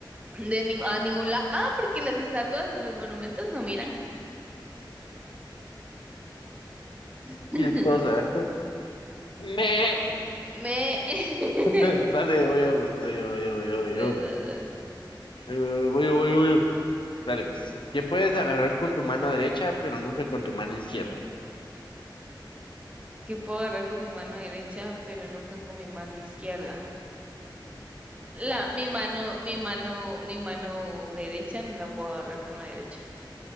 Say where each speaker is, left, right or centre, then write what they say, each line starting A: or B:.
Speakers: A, on the right (about 15°); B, on the left (about 80°).
A: de nin- a ningún lado, porque las estatuas o los monumentos no miran. <laughs>
B: esposa. Me.
A: Me... <laughs>
B: <laughs> Dale, voy yo, güey, voy yo, voy yo, voy yo, voy
A: Las-
B: yo.
A: las- las-
B: Eh, voy yo, voy yo, voy yo. Dale, pues. ¿Qué puedes agarrar con tu mano derecha, pero nunca con tu mano izquierda?
A: Que puedo agarrar con mi mano derecha, pero nunca con mi mano izquierda. La, mi mano, mi mano, mi mano derecha no la puedo agarrar con la derecha,